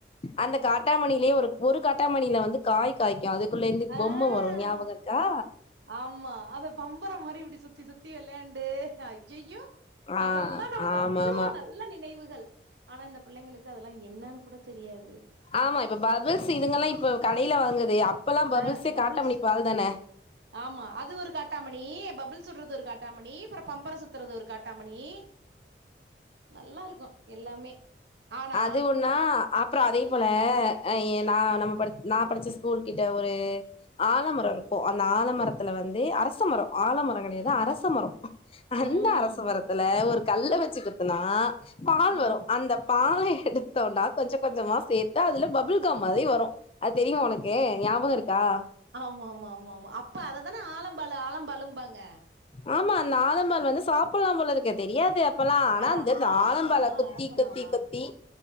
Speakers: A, on the left; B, on the right.
A: அந்த காட்டாமணிலேயே ஒரு ஒரு காட்டாமணியில வந்து காய் காய்க்கும் அது உள்ளந்து
B: ஆ
A: பொமை வரும் ஞாபகம் இருக்கா
B: ஆமா அத பம்பரம் மாரி இப்படி சுத்தி சுத்தி விளையாண்டு ஐயையோ
A: ஆ
B: அதெல்லாம் நமக்கு
A: ஆமா
B: அவ்வளவு
A: ஆமா
B: நல் நல்ல நினைவுகள் ஆனா இந்த பிள்ளைங்களுக்கு அதெல்லாம் என்னன்னு கூட தெரியாது
A: ஆமா இப்ப பபிள்ஸ் இதுங்க எல்லாம் இப்ப கடையில வாங்குது அப்பெல்லா பபிள்ஸே
B: ஆஹ் பப்ல்ஸ்
A: காட்டாமணி பால் தான
B: ஆமா அது ஒரு காட்டாமணி பபுள்ஸ் உடுறது ஒரு காட்டாமணி அப்புறம் பம்பர சுத்துறது ஒரு காட்டாமணி நல்லா இருக்கும் எல்லாமே ஆனா
A: அது ஒண்ணா அப்புறம் அதே
B: ம்.
A: போல அஹ் ஏ நான் நம்ம ப நான் படிச்ச ஸ்கூல் கிட்ட ஒரு ஆலமரம் இருக்கும் அந்த ஆலமரத்துல வந்து அரசமரம் ஆலமரம் கிடையாது அரசமரம் அந்த
B: ம்.
A: அரசமரத்துல ஒரு கல் வச்சு குத்துனா பால்
B: ம்.
A: வரும் அந்த பாலை எடுத்தோனா கொஞ்சம் கொஞ்சமா சேத்து அதுல பபுல்காம் மாதிரி வரும் அது தெரியுமா உனக்கு ஞாபகம் இருக்கா
B: ஆமா ஆமா ஆமா ஆமா அப்ப அததானே ஆலம்பழ ஆலம்பழும்பாங்க
A: ஆமா அந்த ஆலம்பழம் வந்து சாப்பலா போலருக்கு தெரியாது அப்பலா ஆனா
B: அது
A: இந்தந்த
B: ஆலமரமா?
A: ஆலம்பல கொத்தி
B: அரச
A: கொத்தி
B: மரமா?
A: கொத்தி